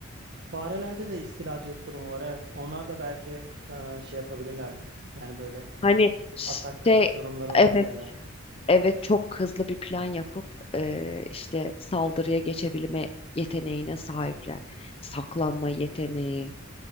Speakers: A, on the right (about 55°); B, on the left (about 30°).
A: Farelerde de istilacılık durumu var evet. Onlar da belki e, şey yapabilirlerdi. Yani böyle
B: Hani
A: atak
B: şey
A: durumları olabilirdi.
B: evet evet çok hızlı bir plan yapıp e, işte saldırıya geçebilme yeteneğine sahipler. Saklanma yeteneği